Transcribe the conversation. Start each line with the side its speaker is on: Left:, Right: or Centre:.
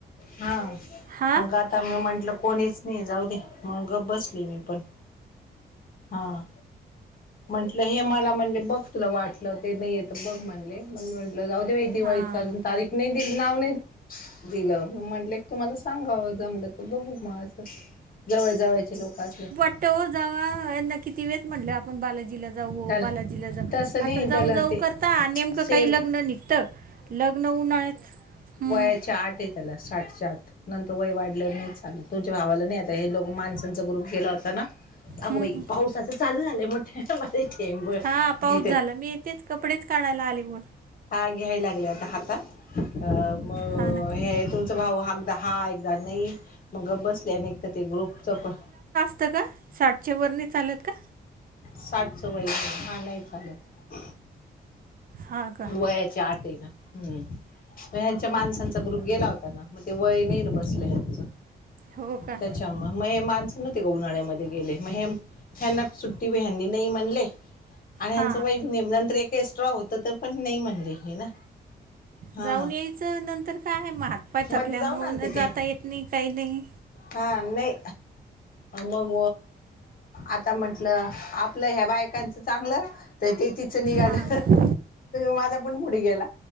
Left: हा
Right: हां
Left: मग आत काय मी म्हंटल कोणीच नाही जाऊ दे मग गप बसली मी पण हां म्हंटले हे मला म्हणले बघ तुला वाटलं ते नाही येत बघ म्हणले मग म्हटलं जाऊदे बाई दिवाळीच
Right: हां
Left: अजून तारीख नाही दिलं नाव नाही दिलं मी म्हंटले की तुम्हालाच सांगाव जमलं तर बघु मग असं जवळजवळचे लोक असलं
Right: त्यव जवा यांना किती वेळेस म्हणलं आपुण बालाजी जीला जाऊ
Left: त्याला
Right: बालाजीला जाऊ
Left: तसं नाही
Right: आता जाऊ
Left: त्याला
Right: जाऊ
Left: ते
Right: करता नेमकं
Left: सेवे
Right: काही लग्न निघत लग्न उन्हाळ्यात हं,
Left: वयाची आट ये त्याला साठच्या आत नंतर वय वाढल्यावर नाही चालतं तुमच्या भावाला नाही आता हे लोक माणसांचा ग्रुप गेला होता ना अगं
Right: हं,
Left: बाई
Right: हं.
Left: पावसाचं चालू झालंय मोठेे मोठे थेंब
Right: हा पाऊस
Left: घेते
Right: झाला मी तेच कपडेच काढायला आले वर
Left: हा घ्याय लागले आता हातात अ मग
Right: हा ना
Left: हे तुमचा भाऊ हागदा हा एकदा नई मग गप बसले आणि एक तर ते ग्रुपचं पण
Right: च का साठच्या वर नाही चालत का?
Left: साठचं वय नाही हां नाही चालत
Right: हा का
Left: वयाची आटय ना हम्म म ह्यांच्या माणसांचा ग्रुप गेला होता ना मग ते वय नाही ना बसलं ह्यांच
Right: हो का?
Left: त्याच्यामुळ मग हे माणसं नव्हती का उन्हाळ्यामध्ये गेले मग हे ह्यांना सुट्टी ह्यानी नाही म्हणले आणि
Right: हां
Left: नंतर एक एक्स्ट्रा होत तर पण नाही म्हणली हे ना हा
Right: जाऊन यायचं नंतर काय म हातपाय
Left: मध्ये
Right: थकल्या
Left: जाऊन
Right: मुळ
Left: आलते ते
Right: जाता येत नाही काही नाही
Left: हा नाही मग आता म्हंटलं. आपलं ह्या बायकांचं चांगलं तर ते तिचं निघालं
Right: हां
Left: माझा पण मुड गेला